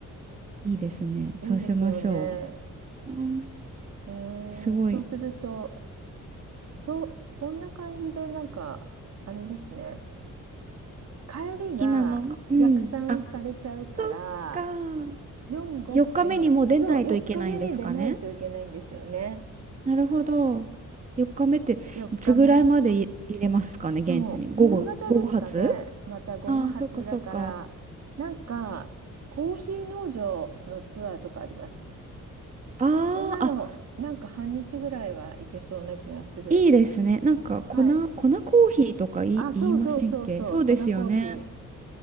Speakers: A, on the right; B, on the right.
A: いいですね。そうしましょ
B: いいですよね。
A: うん。う。
B: え
A: すごい。
B: ー、そうすると、そ、そんな感じで、なんか、あれですね。帰りが逆算されちゃうから、
A: 今のが、うん。あ、そっか。
B: 4、5ってな、
A: 4日目にもう出ないといけないんですかね。
B: そう、4日目に出ないといけないんですよね。
A: なるほど。4日目っていつぐらいまでい入れますかね、
B: 4日目。
A: 現地に。
B: でも、
A: 午後、
B: 夕方ですかね。
A: 午後発
B: また午後発だから、
A: ああー、そっかそっか。
B: なんか、コーヒー農場のツアーとかあります。
A: あーあ、
B: こんなの、なんか半日ぐらいは行けそうな気がする。
A: いいですね。なんか粉、
B: はい。
A: 粉コーヒーとか言い、
B: あ、そうそうそうそう、
A: 言いませんっけそうですよね。
B: 粉コーヒー。